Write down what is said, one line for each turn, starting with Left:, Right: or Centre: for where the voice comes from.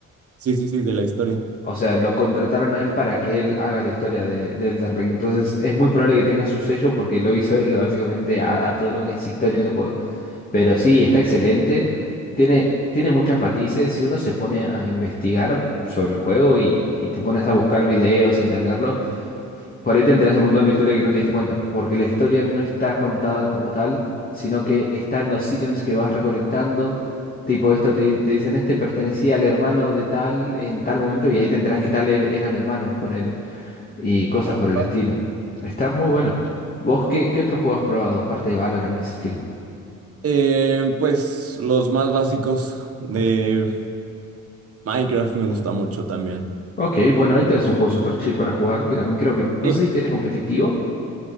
Right: Sí, sí, sí, de la historia.
Left: O sea, lo contrataron a él para que él haga la historia de, de Elden Ring. Entonces, es muy probable que tenga su sello porque lo hizo él <laughs> básicamente a, a todo lo que es historia en el juego. Pero sí, está excelente. Tiene, tiene muchos matices. Si uno se pone a investigar sobre el juego y, y te pones a buscar videos y entenderlo, por ahí te enteras un montón de historia que no te diste cuenta, porque la historia no está contada como tal, sino que está en los ítems que vas recolectando. Tipo, esto te, di- te dicen, este pertenecía al hermano de tal en tal momento, y ahí te enterás que tal er- eran hermanos, ponele, y cosas
Right: Ok.
Left: por el estilo. Está muy bueno. ¿Vos qué, qué otro juego has probado, aparte de Valorant y ese estilo?
Right: Eh, pues los más básicos de Minecraft me gusta mucho también.
Left: Ok, bueno, ahí tenés un juego super chill para jugar, que también creo que, no
Right: Sí,
Left: sé si tiene competitivo,